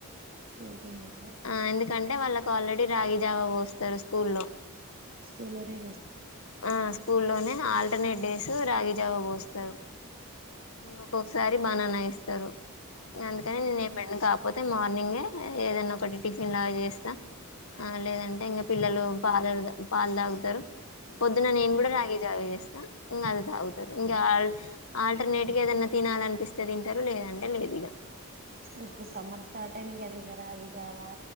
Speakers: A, on the right; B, on the left.
A: స్కూల్ కి ఏం బె
B: ఆ ఎందుకంటే వాళ్ళకి ఆల్రెడీ రాగి జావా పోస్తారు స్కూల్లో
A: స్కూల్ లోనే పోస్తారు ఆ
B: ఆ స్కూల్లోనే ఆల్టర్నేట్ డేస్ రాగి జావ పోస్తారు ఇం ఒక్కొక్కసారి బానానా ఇస్తారు ఇంక అందుకని నేను ఏనా కాకపోతే మార్నింగే ఏదన్న ఒకటి టిఫిన్ లాగా చేస్తా ఆ లేదంటే ఇంకా పిల్లలు పాలలు పాలు తాగుతారు పొద్దున నేను కూడా రాగి జావే చేస్తా ఇంకా అది తాగుతారు ఇంకా ఆల్టర్నేట్ ఇకి ఏదన్నా తినాలనిపిస్తే తింటారు లేదంటే లేదు ఇక
A: ఇప్పుడు సమ్మర్ స్టార్ట్ అయింది కదా ఇక రాగి జావా